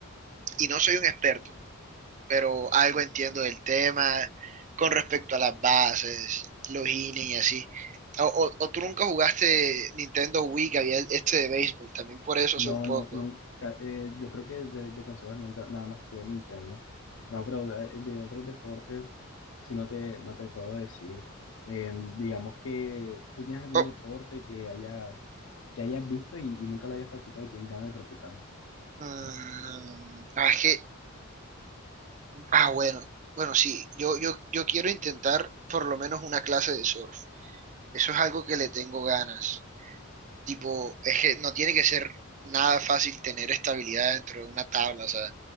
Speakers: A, on the right; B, on the left.
A: Y no soy un experto, pero algo entiendo del tema con respecto a las bases, los innings y así. O, o- o tú nunca jugaste Nintendo Wii, que había este de béisbol, también por eso
B: No,
A: sé un poco.
B: no, nunca. eh, yo creo que de, de consolas nunca, nada más tuve Nintendo. No, pero de, de otros deportes, si no te, no te puedo decir. Eh, digamos que tú tienes algún
A: Oh,
B: deporte que hayas, que hayas visto y, y nunca lo hayas practicado y tienes ganas de practicarlo.
A: mm, ah, es que Ah, bueno, bueno, sí, yo, yo, yo quiero intentar por lo menos una clase de surf. Eso es algo que le tengo ganas. Tipo, es que no tiene que ser nada fácil tener estabilidad dentro de una tabla, o sea,